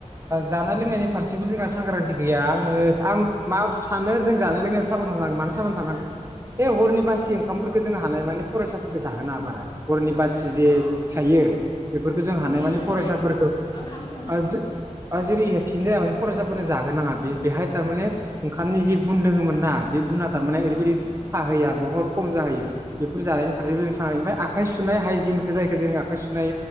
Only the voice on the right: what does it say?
जानाय लोंनायनि फारसेबो जोंहा सांग्रांथि गैया आङो आं मा सानो जों जानाय लोंनायाव साबधानांगोन मान <unintelligible> बे हरनि बासि ओंखामफोरखौ जों हानाय माने फरायसाफोरखौ जाहोनोङा बारा। हरनि बासि जे थायो। बेफोरखौ जों हानाय
मानि
फरायसाफोरखौ बा
जेरै हखिन जाया माने फरायसाफोरनो जाहोनो नाङा बे बेहाय थारमाने ओंखामनि जि गुन दोङोमोनना बे गुना थारमाने
ओरैबायदि थाहैया बहुत खम जाहैयो। बेफोर जानायनि फारसेबो जों सान ओमफ्राय आखाइ सुनाय हाइजिनखो जायखौ जों आखाइ सुनाय